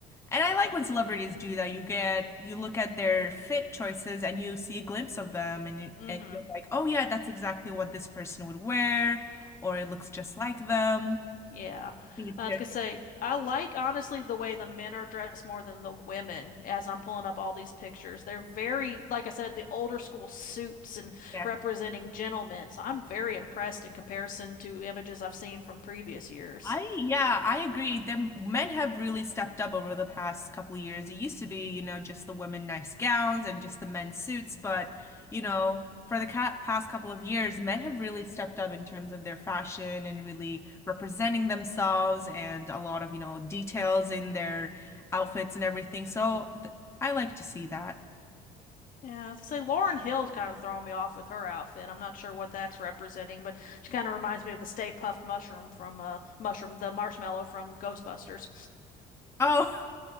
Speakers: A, on the left (about 15°); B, on the left (about 55°).
A: And
B: Okay.
A: I like when celebrities do that. You get you look at their fit choices and you see a glimpse of them and you,
B: Mm-hmm.
A: and you're like, "Oh yeah, that's exactly what this person would wear," or it looks just like them.
B: Yeah.
A: I think it's
B: I
A: very,
B: was gonna say, I like honestly the way the men are dressed more than the women as I'm pulling up all these pictures. They're very, like I said, the older school suits and
A: yeah,
B: representing gentlemen. So I'm very impressed in comparison to images I've seen from previous years.
A: I yeah, I agree. The men have really stepped up over the past couple of years. It used to be, you know, just the women nice gowns and just the men suits, but you know, for the ca past couple of years, men have really stepped up in terms of their fashion and really representing themselves and a lot of, you know, details in their outfits and everything. So th I like to see that.
B: Yeah, I was gonna say Lauren Hill's kind of throwing me off with her outfit. I'm not sure what that's representing, but she kind of reminds me of the Stay Puffed Mushroom from uh Mushroom, the marshmallow from Ghostbusters.
A: Oh,